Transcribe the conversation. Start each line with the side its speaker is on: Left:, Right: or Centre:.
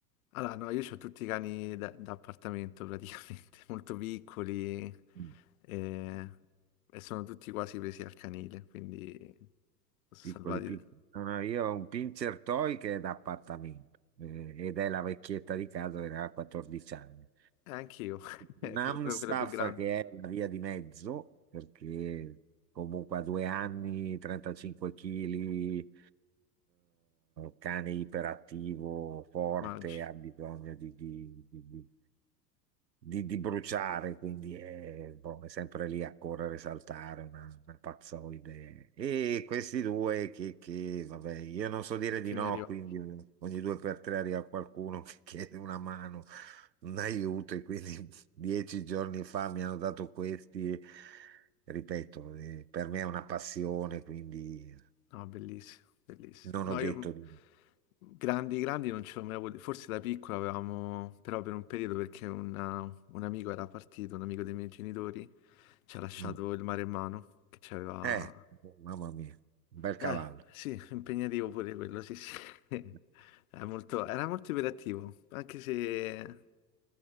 Left: Allora, no, io ho tutti i cani da, da appartamento praticamente, <laughs> molto piccoli
Right: Mm,
Left: e, e sono tutti quasi presi al canile, quindi sono
Right: Piccoli,
Left: salvati.
Right: piccoli.
Left: E
Right: No, no, io ho un pincher toy che è da appartamento eh, ed è la vecchietta di casa che aveva 14 anni.
Left: anche io, <laughs>
Right: Namstaff,
Left: proprio quella più grande,
Right: che è la via di mezzo, perché comunque a due anni, 35 kg, cane iperattivo, forte,
Left: immagino,
Right: ha bisogno di, di- di- di di, di bruciare, quindi è, boh, è sempre lì a correre, saltare, una, una pazzoide. E questi due che, che, vabbè, io non so dire
Left: gli ultimi
Right: di no,
Left: arrivati.
Right: quindi ogni due per tre arriva qualcuno <laughs> che chiede una mano, un aiuto, e quindi <laughs> dieci giorni fa mi hanno dato questi. Ripeto, eh, per me è una passione, quindi
Left: No, bellissimo, bellissimo.
Right: non
Left: No,
Right: ho detto
Left: io
Right: di...
Left: grandi, grandi non ce l'ho mai avuto. Forse da piccola avevamo, però per un periodo perché una- un amico era partito, un amico dei miei genitori, Ci ha lasciato
Right: Mm.
Left: il maremmano che ci aveva...
Right: Eh, mamma mia, un bel
Left: Eh,
Right: cavallo.
Left: sì, <laughs> impegnativo pure quello, sì, sì. <laughs>
Right: <laughs>
Left: Era molto, era molto iperattivo, anche se...